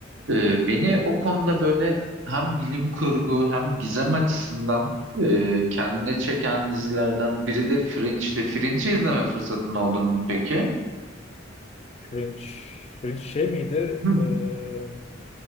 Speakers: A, on the right; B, on the left.
A: E, beni o konuda böyle hem bilim kurgu hem gizem açısından e, kendine çeken dizilerden biri de Fringe'ti. Fringe'i izleme fırsatın oldu mu peki?
B: Fringe, Fringe şey miydi?
A: Hı.
B: Ee,